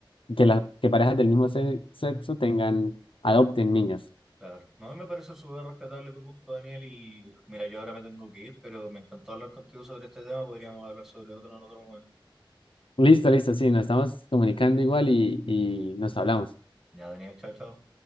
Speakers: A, on the left; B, in the centre.
A: que, las que parejas del mismo se- sexo tengan, adopten niños.
B: claro. No, a mí me parece súper respetable tu punto, Daniel, y mira, yo ahora me tengo que ir, pero me encantó hablar contigo sobre este tema, podríamos hablar sobre otro en otro momento.
A: Listo, listo, sí, nos estamos comunicando igual y, y nos hablamos.
B: Ya, Daniel, chao, chao.